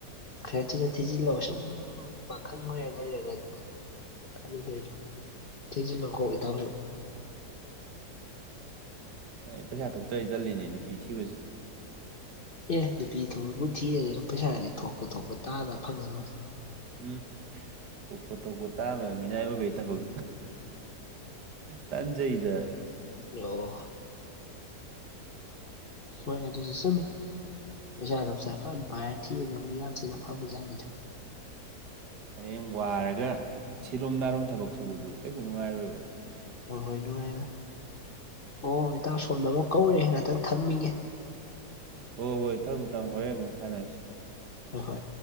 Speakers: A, on the left; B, on the right.
A: ꯈꯔ ꯊꯨꯅ ꯊꯤꯖꯤꯜꯂꫭ ꯁꯨꯝ ꯄꯥꯈꯪ ꯑꫭꯏꯔ ꯂꯩꯔꯒ ꯑꯗꯨꯗ ꯀꯅꯗꯣꯏꯅꯣ ꯊꯤꯟꯖꯤꯜꯂꯣꯈꯣ ꯏꯇꯥꯎꯁꯨ
B: ꯑꯦ ꯄꯩꯁꯥ ꯊꯣꯛꯇꫪꯗꯤ ꯇꯜꯂꯤꯅꯦ ꯅꯨꯄꯤ ꯊꯤꯕꯁꯦ
A: ꯑꯦ ꯅꯨꯄꯤ ꯊꫭꯕꯨ ꯊꯤꯔꯗꯤ ꯑꯗꯨꯝ ꯄꯩꯁꯥꯗꯤ ꯊꯣꯛꯄ ꯊꯣꯛꯄ ꯇꯥꯜꯂ ꯐꯪꯉꯒ
B: ꯎꯝ ꯊꯣꯛꯄ ꯊꯣꯛꯄ ꯇꯥꯕ ꯃꯤꯅꯥꯏ ꯑꯣꯏꯕꯒꯤ ꯊꯕꯛ ꯇꯟꯖꯩꯗ
A: ꯑꯣ ꯍꯣꯏ ꯑꯗꯨꯁꯨ ꯆꯨꯝꯃꯤ ꯄꯩꯁꯥ ꯅꯨꯡꯁ ꯐꯅ ꯄꯥꯏꯔ ꯊꯤꯕꯕꯨꯅꯤ ꯌꯥꯝ ꯊꯤꯅ ꯐꯕ ꯖꯥꯠꯅꯤꯗ
B: ꯍꯌꯦꯡ ꯋꯥꯔꯒ ꯁꯤꯔꯨꯝ ꯅꯥꯔꯨꯝ ꯊꯕꯛ ꯁꯨꯕꯗꯨ ꯀꯩꯁꯨ ꯅꯨꯡꯉꯥꯏꯔꯣꯏꯕ
A: ꯍꯣꯏ ꯍꯣꯏ ꯅꯨꯡꯉꯥꯏꯔꯦ ꯑꯣ ꯏꯇꯥꯎ ꯁꯣꯝꯗ ꯑꯃꯨꯛ ꯀꯧꯔꯦ ꯉꯛꯇꯪ ꯊꯝꯃꯤꯒꯦ
B: ꯍꯣꯏ ꯍꯣꯏ ꯊꯝꯃꯣ ꯊꯝꯃꫭ ꯍꯣꯔꯦꯟ ꯑꯃꯨꯛ ꯁꯥꯟꯅꯔꯁꯤ
A: ꯍꯣꯏ ꯍꯣꯏ